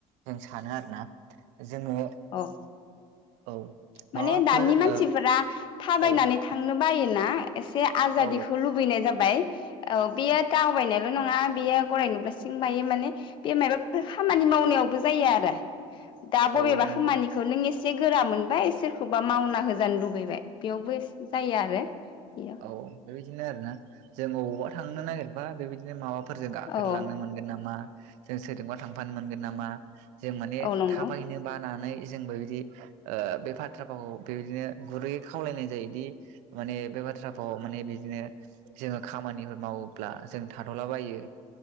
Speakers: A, on the right; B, on the left.
A: जों सानो आरोना। जोङो
B: औ
A: औ
B: माने
A: माबाफोर
B: दानि मानसिफोरा
A: ओ
B: थाबायनानै
A: औ
B: थांनो बायोना एसे आजादिखौ
A: औ
B: लुबैनाय जाबाय औ बेयो था बायनायल' नङा बेयो गराइ नुब्ला सिं बायो माने बे मायबाफोर खामानि मावनायावबो जायो आरो। दा
A: औ
B: बबेबा
A: नंगौ
B: खामानिखौ नों एसे गोरा मोनबाय सोरखौबा मावना होजानो लुबैबाय बेयावबो जायो आरो बेयो
A: औ बेबिदिनो आरो ना जों अबावबा थांनो नागिरबा बेबायदिनो माबा फोरजों गाखो
B: औ
A: लांनो मोनगोन नामा जों सोरा थांफानो मोनगोन नामा जों माने
B: औ नंगौ
A: थाबायनो बानानै जोंबो बिदि बे बाथ्रा फावखौ बेबायदिनो गुरैयै खावलायनाय जायोदि माने बे बा थ्रा फाव आव माने बिदिनो जोङो खामानिफोर मावोब्ला जों थाथ'लाबायो